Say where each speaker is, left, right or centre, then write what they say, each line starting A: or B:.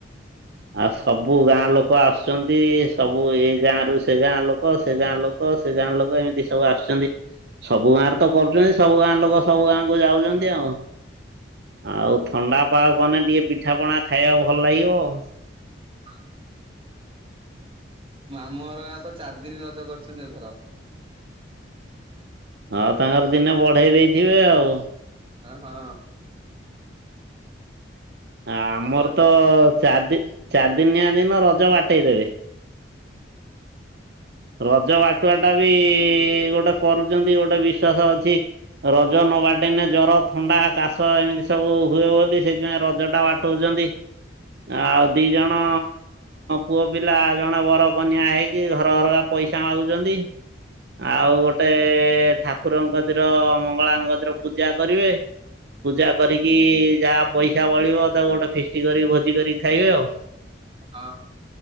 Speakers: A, on the right (about 55°); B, on the right (about 30°).
A: ଆଉ ସବୁ ଗାଁ ଲୋକ ଆସୁଚନ୍ତି। ସବୁ ଏ ଗାଁ ରୁ ସେ ଗାଁ ଲୋକ ସେ ଗାଁ ଲୋକ କ ସେ ଗାଁ ଲୋକ ଏମିତି ସବୁ ଆସୁଚନ୍ତି। ସବୁ ଗାଁ ରେ ତ କରୁଛନ୍ତି ସବୁ ଗାଁରେ ଲୋକ ସବୁ ଗାଁ କ ଯାଉଛନ୍ତି ଆଉ। ଆଉ ଥଣ୍ଡା ମାନେ ଟିକେ ପିଠା ପଣା ଖାଇବାକୁ ଭଲ ଲାଗିବ ଆଉ।
B: ଆ ମାମୁଁ ଘର ଗାଁ ରେ ତ ଚାରିଦିନି ରଜ କରୁଛନ୍ତି ଏ ଥର।
A: ହଁ ତାଙ୍କର ଦିନେ ବଢେଇ ଦେଇଥିବେ ଆଉ।
B: ଅ ହଁ।
A: ଆମର
B: ଆଉ ବୋ
A: ତ ଚାରି ଦି ଚାରି ଦିନିଆ ଦିନ ରଜ ବାଟେଇ ଦେବେ। ରଜ ବାଟୁଆଟା ବି ଗୋଟେ କରୁଛନ୍ତି ଗୋଟେ ବିଶ୍ଵାସ ଅଛି। ରଜ ନ ବାଟନେ ଜର ଥଣ୍ଡା କାଶ ଏମିତି ସବୁ ହୁଏ ବୋଲି ସେଥିପାଇଁ ରଜ ଟା ବା ଉଚନ୍ତି। ଆଉ ଦି ଜଣ ପୁଅ ପିଲା ଜଣେ ବରକନ୍ୟା ହେଇକି ଘର ଘର କା ପଇସା ମାଗୁଛନ୍ତି। ଆଉ ଗୋଟେ ଠାକୁରଙ୍କ କତିର ମଙ୍ଗଳା ଙ୍କ କତିର ପୂଜା କରିବେ। ପୂଜା କରିକି ଯାହା ପଇସା ବଳିବ ତାକୁ ଗୋଟେ ଫିଷ୍ଟି କରିକି ଭୋଜି କରିକି ଖାଇବେ ଆଉ।
B: ହଁ